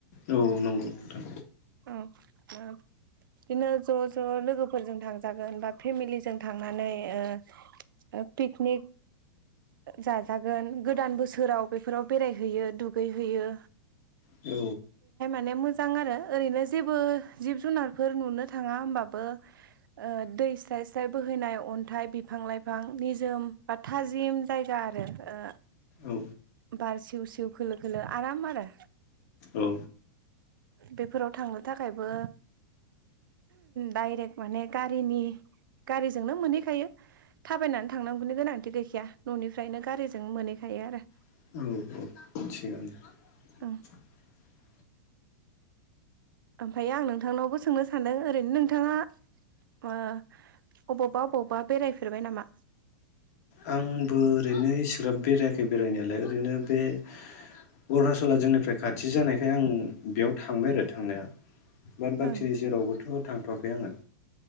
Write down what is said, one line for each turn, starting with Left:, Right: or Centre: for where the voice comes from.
Left: औ नंगौ नोंथां
Right: औ ओ बिदिनो ज' ज' लोगोफोरजों थांजागोन बा फेमिलिजों थांनानै ओ पिकनिक जाजागोन गोदान बोसोराव बेफोराव बेरायहैयो दु गै हैयो।
Left: औ।
Right: ने मोजां आरो ओरैनो जेबो जिब जुनारफोर नुनो थाङा होमबाबो ओ दै स्राय स्राय बोहैनाय अन्थाइ बिफां लाइफां निजोम बा थाजिम जायगा आरो ओ
Left: औ
Right: बार सिउ सिउ खोलो खोलो आराम आरो।
Left: औ।
Right: बेफोराव थांनो थाखायबो डाइरेक्ट माने गारिनि गारिजोंनो मोनहैखायो थाबायनानै थांनांगौनि गोनांथि गैखाया ननिफ्रायनो गारिजों मोनहैखायो आरो।
Left: औ औ। थिगानो।
Right: ओं ओमफ्राय आं नोंथांनावबो सोंनो सानदों ओरैनो नोंथाङा ओ अबावबा अबावबा बेरायफेरबाय नामा
Left: आंबो ओरैनो इसिग्राब बेरायाखै बेरायनायालाय ओरैनो बे अरुणाचला जोंनिफ्राय खाथि जानायखाय आं बेयाव थांबाय आरो थांनाया बाद बाखि
Right: ओं
Left: जेरावबोथ' थांथवाखै आङो